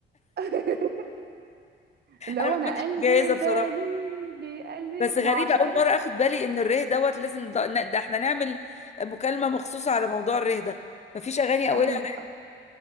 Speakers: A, on the right; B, on the left.
A: <laughs> اللي
B: انا
A: هو
B: ما
A: أنا
B: كنتش
A: قلبي
B: جاهزه بصراحه
A: دليلي قلبي
B: بس غريبه
A: ما هو عشان
B: اول
A: كده
B: مره اخد بالي ان الريه دوت لازم ده, ده احنا نعمل مكالمه مخصوصه على موضوع الريه ده مفيش اغاني اولها
A: أنا موافقة